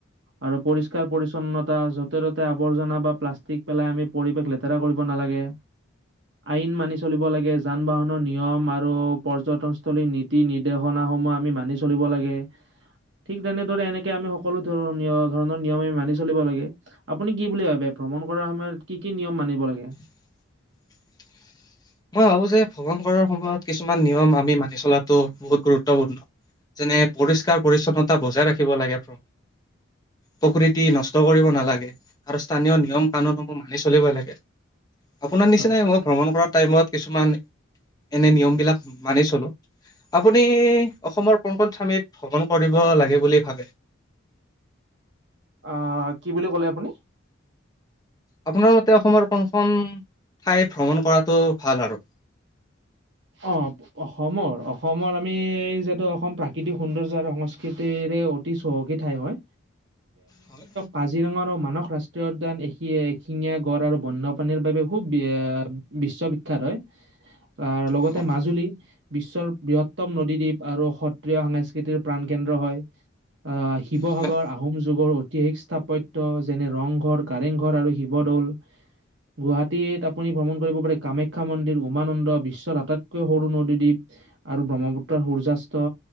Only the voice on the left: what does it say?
<unintelligible> মই ভাবো যে ভ্ৰমণ কৰাৰ সময়ত কিছুমান নিয়ম আমি মানি চলাটো বহুত গুৰুত্বপূৰ্ণ। যেনে পৰিষ্কাৰ পৰিচ্ছন্নতা বজাই ৰাখিব লাগে প্ৰকৃতি নষ্ট কৰিব নালাগে। আৰু স্থানীয় নিয়ম কানুনসমূহ মানি চলিব লাগে। আপোনাৰ নিচিনাই
মই ভ্ৰমণ কৰা টাইমত কিছুমান এনে নিয়ম বিলাক মানি চলো। আপুনি, অসমৰ কোন খন ঠামিত ভ্ৰমণ কৰিব লাগে বুলি ভাবে? <inaudible>
আপোনাৰ মতে, অসমৰ কোনখন ঠাই ভ্ৰমণ কৰাটো ভাল আৰু?
হয়,
অ',
হয়